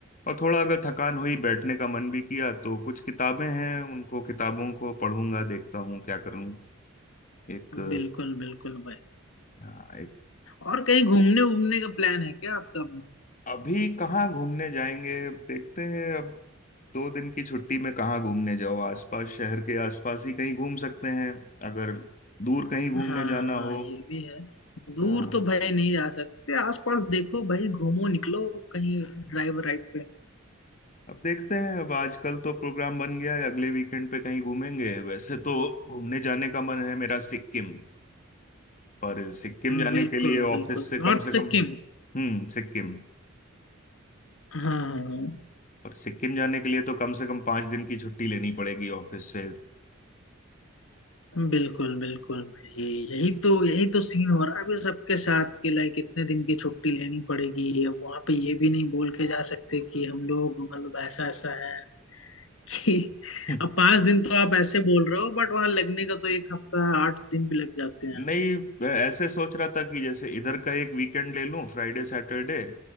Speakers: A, on the left (about 40°); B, on the left (about 70°).
A: और थोड़ा अगर थकान हुई बैठने का मन भी किया तो कुछ किताबें हैं उनको किताबों को पढ़ूंगा देखता हूँ क्या करूँ एक
B: बिल्कुल बिल्कुल भाई
A: हाँ, एक
B: और कहीं घूमने घूमने का प्लान है क्या आपका
A: अभी कहाँ घूमने जाएंगे अब देखते हैं अब दो दिन की छुट्टी में कहाँ घूमने जाओ आसपास शहर के आसपास ही कहीं घूम सकते हैं अगर दूर कहीं घूमने
B: हाँ
A: जाना हो
B: ये भी है दूर
A: हाँ
B: तो भाई नहीं जा सकते आसपास देखो भाई घूमो निकलो कहीं ड्राइव राइड पे
A: अब देखते हैं अब आजकल तो प्रोग्राम बन गया है अगले वीकेंड पे कहीं घूमेंगे वैसे तो घूमने जाने का मन है मेरा सिक्किम पर सिक्किम
B: हम्म,
A: जाने
B: बिल्कुल
A: के लिए ऑफिस
B: बिल्कुल
A: से कम
B: नॉर्थ
A: से कम
B: सिक्किम
A: हम्म सिक्किम
B: हाँ हाँ हाँ,
A: पर सिक्किम जाने के लिए तो कम से कम पांच दिन की छुट्टी लेनी पड़ेगी ऑफिस से
B: बिल्कुल बिल्कुल भाई यही तो यही तो सीन हो रहा है अभी सबके साथ कि लाइक इतने दिन की छुट्टी लेनी पड़ेगी अब वहां पे ये भी नहीं बोल के जा सकते कि हम लोग मतलब ऐसा ऐसा है <laughs> कि
A: हम्म,
B: अब पांच दिन तो आप ऐसे बोल रहे हो बट वहां लगने का तो एक हफ्ता आठ दिन भी लग जाते हैं
A: नहीं ऐसे सोच रहा था कि जैसे इधर का एक वीकेंड ले लूं Friday Saturday